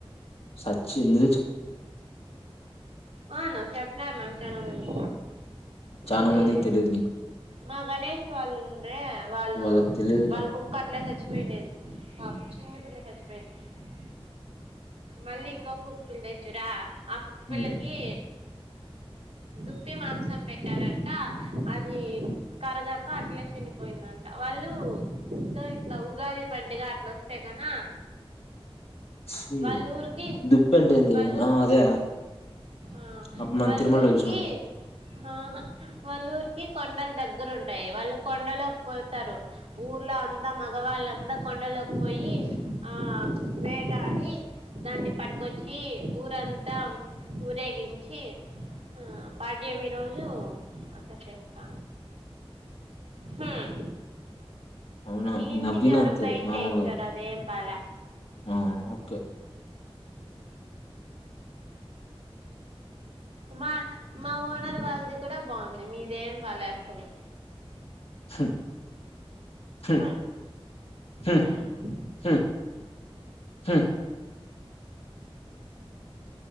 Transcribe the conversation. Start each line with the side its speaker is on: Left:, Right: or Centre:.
Left: సచ్చింది
Right: అవును చెప్పినారు నాకు చనా మంది
Left: చనా
Right: ఇది
Left: మందికి తెలియదు నీకు
Right: మా గణేష్ వాళ్ళుండే వాళ్ళు
Left: వాళ్ళకి తెలియదులే
Right: వాళ్ళ కుక్క అట్లే సచ్చి సచ్చిపోయిండెది పాపం చిన్నపిల్ల సచ్చిపోయిండెది మళ్ళీ ఇంకొ కుక్క పిల్ల తెచ్చిరా ఆ కుక్క పిల్లకి
Left: ఉమ్.
Right: దుప్పి మాంసం పెట్టారంట అది కరగాక అట్లే చనిపోయిందంట వాళ్ళు దో ఇట్లా ఉగాది పండుగ అట్లా వస్తే కన
Left: ఛీ
Right: వాళ్ల ఊరికి
Left: దుప్పి అంటే ఏంది
Right: వాళ్లు
Left: ఆ అదే
Right: ఆ
Left: అప్పుడు మనం
Right: వాళ్ల
Left: తిరుమలలో
Right: ఊరికి
Left: చూసినాం
Right: హాఆ వాళ్ల ఊరికి ఇ కొండల్ దగ్గరుంటాయి వాళ్ళు కొండలోకి పోతారు ఊర్లో అంతా మగవాళ్ళంతా కొండలోకి పోయి ఆ వేటాడి దాన్ని పట్టుకొచ్చి ఊరంతా ఊరేగించి ఆ పాడ్యామి రోజు అట్లా చేస్తా హ్మ్
Left: అవునా
Right: ఈ ఇంటికి
Left: నవ్వినా
Right: ఎవరో
Left: అంతే
Right: పెయింట్
Left: నార్మల్గా
Right: ఏయిచ్చారు అదేం బాలే.
Left: ఆ ఓకే
Right: మా మా ఓనర్ వాల్ది కూడా బావుంది మీదేం బాలే అస్సలు
Left: హ్మ్, హ్మ్,
Right: హ్మ్
Left: హ్మ్,
Right: హ్మ్
Left: హ్మ్, హ్మ్.